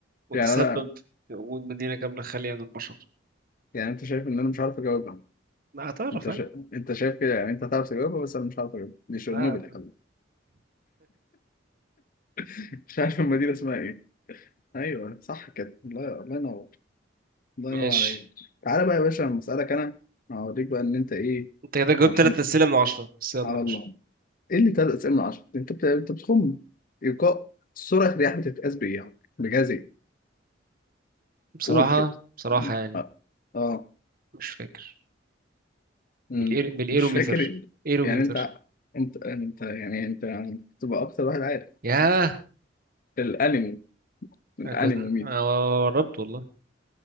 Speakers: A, on the right; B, on the left.
A: وتسبب
B: يعني انا
A: في وجود مدينة كاملة خالية من البشر
B: يعني انت شايف ان انا مش عارف اجاوبها
A: هتعرف
B: انت
A: عادي
B: شا... انت شايف كده يعني انت هتعرف تجاوبها بس انا مش عارف اجاوبها دي شيرنوبل
A: آه،
B: يا حبيبي <laughs> مش عارف المدينه اسمها ايه ايوه صح كده الله الله ينور الله
A: ماشي
B: ينور عليك تعالى بقى يا باشا لما اسالك انا هوريك بقى ان انت ايه
A: انت كده جاوبت
B: على الحمد
A: تلات أسئلة من عشرة بس يلا
B: على
A: ماشي
B: الله ايه اللي تلات اسئله من عشرة انت بت... انت بتخم ايقاع سرعه الرياح بتتقاس بايه يعني بجهاز إيه؟
A: بصراحة
B: قول كده
A: بصراحة يعني
B: اه آه.
A: مش فاكر
B: مم.
A: بالإير... بالإيروميتر
B: مش فاكر
A: إيروميتر
B: يعني انت انت انت يعني انت تبقى اكتر واحد عارف
A: ياه
B: الانمي الانمي
A: أنا كنت
B: مين
A: أنا قربت والله